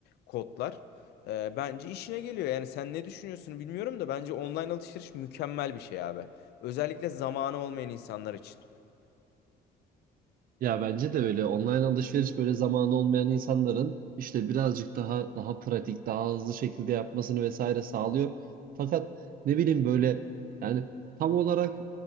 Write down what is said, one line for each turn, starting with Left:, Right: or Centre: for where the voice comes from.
Left: kodlar. Ee, bence işine geliyor. Yani sen ne düşünüyorsun bilmiyorum da bence online alışveriş mükemmel bir şey abi. Özellikle zamanı olmayan insanlar için.
Right: Ya bence de öyle. Online alışveriş böyle zamanı olmayan insanların işte birazcık daha daha pratik, daha hızlı şekilde yapmasını vesaire sağlıyor. Fakat ne bileyim böyle yani tam olarak